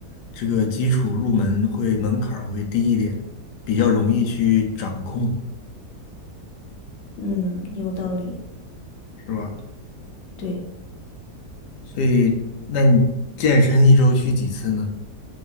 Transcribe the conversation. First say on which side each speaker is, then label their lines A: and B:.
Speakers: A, on the left; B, on the left.
A: 这个基础入门会门槛儿会低一点，比较容易去掌控，
B: 嗯，有道理。
A: 是吧？
B: 对，
A: 所以，那你健身一周去几次呢？